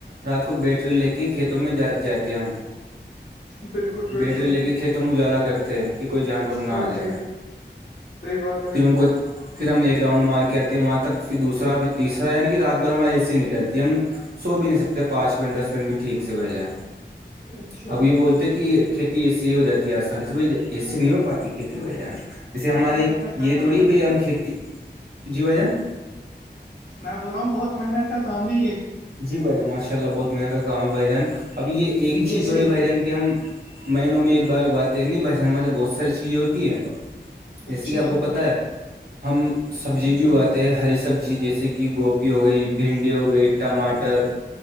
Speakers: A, on the right; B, on the left.
A: رات کو بیٹری لے کے کھیتوں میں ج جاتے ہم
B: بالکل بالکل
A: بیٹری لے کے کھیتوں میں اجالا کرتے ہیں کہ کوئی جان نہ آ
B: ہاں
A: جائے
B: جی صحیح بات ہے
A: پھر ان کو پھر ہم ایک راؤنڈ مار کے آتے ہیں وہاں تک پھر دوسرا پھر تیسرا یعنی کہ رات بھر ہماریے سے نکلتی ہے ہم سو بھی نہیں سکتے پانچ منٹ دس منٹ بھی ٹھیک سے بہ جائیں
B: اچھا
A: اب یہ بولتے کہ کھیتی ایسے ہی ہو جاتی ہے آسانی سے بھائی ایسے نہیں ہو پاتی کھیتی بھائی جان جے ہمارے
B: بہت محنت کا
A: یہ
B: کام
A: توڑی
B: ہے
A: بھائی
B: بھیا
A: ہم کھیتی جی ب جان
B: میں بول رہا ہوں بہت محنت کا تھا ہی
A: جی بھائیان ماشاء اللہ بہت محنت کام ہے بھائی جان اب یہ ایک ہی چیز
B: جیسے
A: توڑی بھائی جان کہ ہم مہینوں میں ایک بار اگاتے ہیں نہیں بھائی ہماری بہت ساری چیزیں ہوتی ہے
B: اچھا
A: ایسے کہ آپ کو پتا ہے ہم سبزی
B: اچھا
A: بھی اگاتے ہری سبزی جیسے کہ گوبھی ہو گئی بھنڈی ہو گئی ٹماٹر